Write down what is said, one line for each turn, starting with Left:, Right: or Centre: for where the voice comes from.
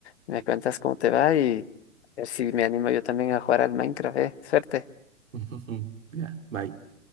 Left: me cuentas cómo te va y a ver si me animo yo también a jugar al Minecraft, eh. Suerte.
Right: <laughs> Ya, bye.